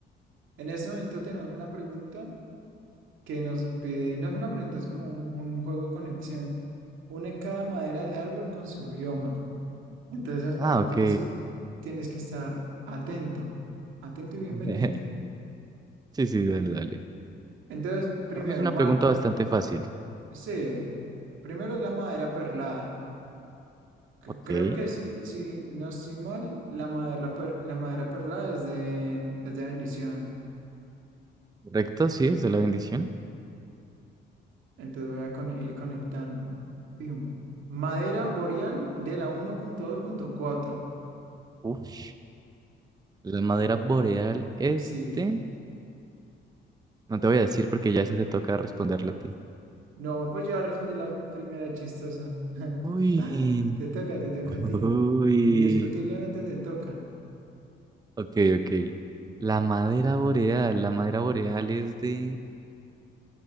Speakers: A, on the right (about 85°); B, on the right (about 20°).
A: en este momento tenemos una pregunta que nos pide, no es una pregunta, es como un, un juego de conexión. Une cada madera de árbol con su bioma. Entonces, ahí,
B: Ah, ok.
A: que- así tienes que estar atento, atento y bien
B: ok.
A: pendiente.
B: <laughs> Sí, sí, dale, dale.
A: Entonces, primero,
B: Para mí es una
A: mar,
B: pregunta bastante fácil.
A: Sí, primero la madera perlada, que
B: Ok.
A: creo que si, si no estoy mal, la madera, la, per- la madera perlada es de, es de bendición.
B: Correcto, sí, es de la bendición.
A: Entonces voy a con- ir conectando. Pimba. Madera boreal de la uno punto punto dos punto cuatro.
B: Uf. La madera boreal, este.
A: Sí.
B: No te voy a decir porque ya esa te toca responderla a ti.
A: No, pues yo respondí la primera chistosa. <laughs>
B: Uy.
A: Te toca, te toca
B: Uy.
A: a ti. Indiscutiblemente te toca.
B: Ok, ok. La madera boreal. La madera boreal es de.